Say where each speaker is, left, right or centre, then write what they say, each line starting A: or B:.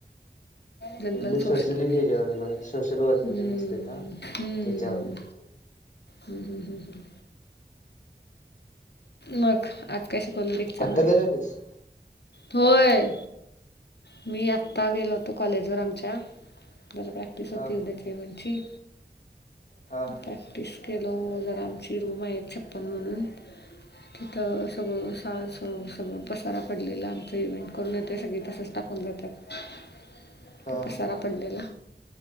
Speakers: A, on the left (about 80°); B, on the left (about 45°).
A: जनरल
B: आपले
A: सोशल, हम्म-
B: ह्याच्यावर सोशल वर्क
A: हम्म
B: तेन असत्यात हा
A: हम्म,
B: त्याच्यावरती
A: हम्, हम्, हम् मग, आज काय शिकवलं लेक्चरमध्येे?
B: आत्ता घरी आलीस
A: होय, मी आत्ता गेलो होतो, कॉलेजवर आमच्या, बरं- बरं ती, सती
B: हा हा
A: उद्या ठेवांची,
B: हा हा
A: <unintelligible> तीस कीलो जरा, आमची रूम आहे, छप्पन म्हणून तिथं सगळं, सास स सगळं, पसारा पडलेला, आमचं इव्हेंट करून येतो, सगळी तसंच टाकून जात त्यात
B: हा हा
A: पसारा पडलेला